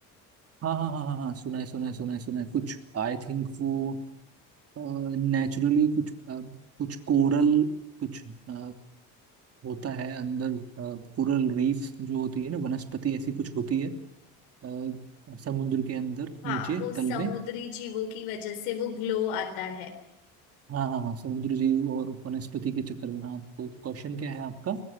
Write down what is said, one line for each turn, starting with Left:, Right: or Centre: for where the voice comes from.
Right: हाँ हाँ हाँ हाँ हाँ सुना है सुना है सुना है सुना है कुछ आई थिंक वो नेचुरली कुछ अ, कुछ कोरल कुछ अ, होता है अंदर कोरल रीफ जो होती है ना वनस्पति ऐसी कुछ होती है अ, समुद्र के अंदर
Left: हाँ
Right: नीचे
Left: वो समुद्री
Right: तल में
Left: जीवों की वजह से वो ग्लो आता है
Right: हाँ हाँ हाँ समुद्र जीव और वनस्पति के चक्कर में हाँ तो क्वेश्चन क्या है आपका